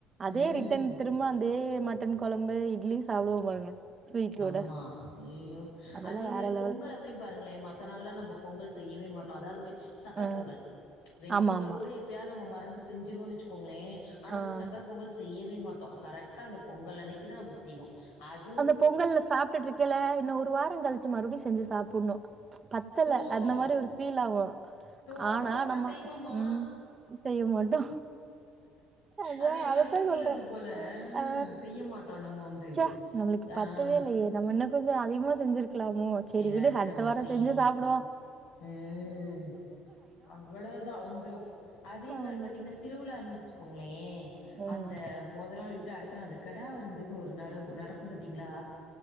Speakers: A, on the right (about 30°); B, on the left (about 80°).
A: அதே
B: ம்.
A: ரிட்டன் திரும்ப அதே மட் டன் கொழம்பு இட்லி சாப்டுவோ பாருங்க ஸ்வீட்டோட
B: ஆமா ஐய்யயோ
A: அதெல்லா
B: அதே
A: வேற
B: மாரி
A: லெவல்
B: பொங்கல ப்பையு பாருங்களே மத்த நாள்லல்லா நம்ம பொங்கல் செய்யவே மாட்டோ அதாவது வெ சக்கரப்
A: ஆ
B: பொங்கல் வெண்பொங்கல்
A: ஆமா ஆமா
B: கூட எப் எப்பயாவது நம்ம மறந்து செஞ்சிருவோனு வச்சுக்கோங்களே ஆனா அந்தச்
A: ஆ
B: சக்கர பொங்கல் செய்யவே மாட்டோ கரட்டா அந்த பொங்கல் அன்னக்கி தா நம்ப செய்வோ அது
A: அந்த பொங்கல்ல சாப்டுட்டு இருக்கைல இன்ன ஒரு வாரோ கழிச்சு மறுபடியு செஞ்சு சாப்புன்னு பத்தல
B: தோணும்
A: அந்த மாரி ஒரு ஃபீல் ஆவு
B: தோணும்.
A: ஆனா நம்ம
B: செய்வோமா?
A: ம் செய்ய மட்டோ அதா
B: அது எல்லாத்துக்கும்
A: அததா சொல்ற
B: உள்ளது போல. அ
A: ஆ
B: செய்ய மாட்டோம் நம்ம வந்து.
A: ச்ச நம்மளுக்கு
B: ஆ.
A: பத்தவே இல்லயே நம்ம இன்னு கொஞ்சோ அதிகமா செஞ்சிருக் க்கலாமோ செரி
B: சேரி
A: விடு
B: அடுத்து
A: அடுத்த
B: நம்ம
A: வாரோ
B: செய்வோம்.
A: செஞ்சு சாப்புடுவோ
B: ம் அவ்வளோதா வந்துரு அதே
A: ஆமா
B: மார் பாத்திங்ன்னா திருவிழான்னு வெச்சுக்கோங்களே
A: ம்
B: அந்த மொத நாள் விட் ட்டு அடுத்த நாளு கடா வருந்துன்னு ஒரு நரகோ நடக்கு பாத்திங்களா